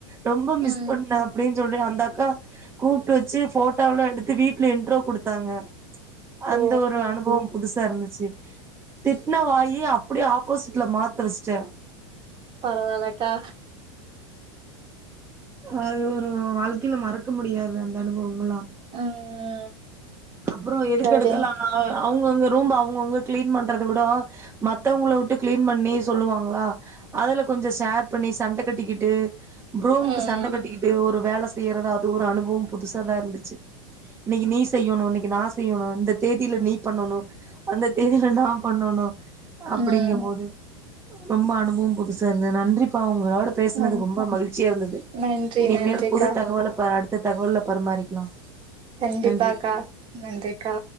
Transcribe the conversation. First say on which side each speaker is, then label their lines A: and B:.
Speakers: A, on the right; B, on the right.
A: ரொம்ப மிஸ்
B: ம்
A: பண்ண அப்டின்னு சொல்ற அந்த அக்கா கூப்பிட்டு வச்சு போட்டோலா எடுத்து வீட்டுல இண்ட்ரோ கொடுத்தாங்க அந்த
B: ஓ
A: ஒரு அனுபவம் புதுசா இருந்துச்சு திட்ன வாயி அப்டியே ஆப்போசிட்ல மாத்த வச்சுட்டே
B: பரவால்லக்கா
A: அது ஒரு வாழ்க்கையில மறக்க முடியாது அந்த அனுபவம் எல்லா
B: ம்
A: அப்றோ எதுக்கு
B: சரி
A: எடுத் ம் அவங்கவுங்க ரூம்ப அவங்கவுங்க கிளீன் பண்றத விடவா மத்தவங்கள விட்டு கிளீன் பண்ணி சொல்லுவாங்களா அதுல கொஞ்சோ ஷேர் பண்ணி சண்ட கட்டிக்கிட்டு ரூம்க்கு
B: ம்
A: சண்ட கட்டிக்கிட்டு ஒரு வேல செய்யறதா அது ஒரு அனுபவம் புதுசாக தா இருந்துச்சு இன்னைக்கு நீ செய்யணு இன்னைக்கு நா செய்யணு இந்த தேதியில நீ பண்ணணு அந்த தேதியில நா பண்ணணு அப்படிங்கபோது
B: ம்
A: ரொம்ப அனுபவொ புதுசா இருந்தது நன்றிப்பா உங்களோட பேசுனது
B: நன்
A: ரொம்ப மகிழ்ச்சியா இருந்தது
B: நன்றி
A: இனிமேல்
B: நன்றிக்கா
A: புது தகவல பார் அடுத்த தகவல்ல பரிமாரிக்கலா
B: கண்டிப்பாக்கா
A: நன்றி
B: நன்றிக்கா